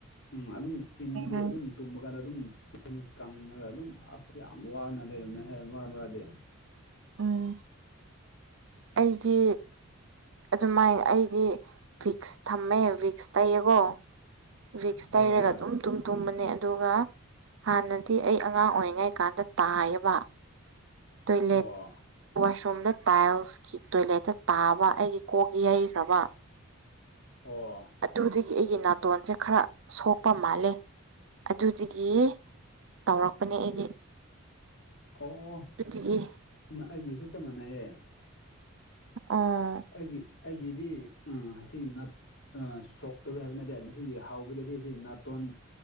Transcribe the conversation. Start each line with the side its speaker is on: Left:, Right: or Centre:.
Left: ꯎꯝ ꯑꯗꯨꯝ ꯆꯤꯟꯗꯨ
Right: ꯎꯝ
Left: ꯑꯗꯨꯝ ꯇꯨꯝꯕ ꯀꯥꯟꯗ ꯑꯗꯨꯝ ꯏꯁꯤꯡ ꯀꯪꯉꯒ ꯑꯗꯨꯝ ꯑꯁ ꯌꯥꯝ ꯋꯥꯅ ꯂꯩꯔꯝꯃꯦ ꯍꯥꯏ ꯃꯔꯝ ꯃꯔꯗꯤ
Right: ꯎꯝ ꯑꯩꯒꯤ ꯑꯗꯨꯃꯥꯏꯅ ꯑꯩꯗꯤ ꯚꯤꯛꯁ ꯊꯝꯃꯦ ꯚꯤꯛꯁ ꯇꯩꯌꯦꯀꯣ ꯚꯛꯁ
Left: ꯍꯣꯏ
Right: ꯇꯩꯔꯒ
Left: ꯍꯣꯏ
Right: ꯑꯗꯨꯝ ꯇꯨꯝ ꯇꯨꯝꯕꯅꯦ ꯑꯗꯨꯒ ꯍꯥꯟꯅꯗꯤ ꯑꯩ ꯑꯉꯥꯡ ꯑꯣꯏꯔꯤꯉꯩ ꯀꯥꯟꯗ ꯇꯥꯏꯌꯦꯕ ꯇꯣꯏꯂꯦꯠ
Left: ꯑꯣ
Right: ꯋꯥꯁꯔꯨꯝꯗ ꯇꯥꯏꯜꯁꯀꯤ ꯇꯣꯏꯂꯦꯠꯇ ꯇꯥꯕ ꯑꯩꯒꯤ ꯀꯣꯛ ꯌꯩꯈ꯭ꯔꯕ
Left: ꯑꯣ
Right: ꯑꯗꯨꯗꯒꯤ ꯑꯩꯒꯤ ꯅꯥꯇꯣꯟꯁꯦ ꯈꯔ ꯁꯣꯛꯄ ꯃꯥꯜꯂꯦ ꯑꯗꯨꯗꯒꯤ ꯇꯧꯔꯛꯄꯅꯦ ꯑꯩꯗꯤ
Left: ꯑꯣ
Right: ꯑꯗꯨꯒꯤ
Left: ꯑꯩꯗꯤꯁꯨ ꯆꯞ ꯃꯥꯟꯅꯩꯌꯦ
Right: ꯑꯣ
Left: ꯑꯩꯒꯤ ꯑꯩꯒꯤꯗꯤ ꯎ ꯑꯁꯤ ꯑ ꯁꯣꯛꯇꯕ ꯍꯥꯏꯕ ꯅꯠꯇꯦ ꯃꯁꯤꯁꯤꯒꯤ ꯍꯥꯎꯧꯕꯗꯗꯤ ꯑꯁꯤ ꯅꯥꯇꯣꯟ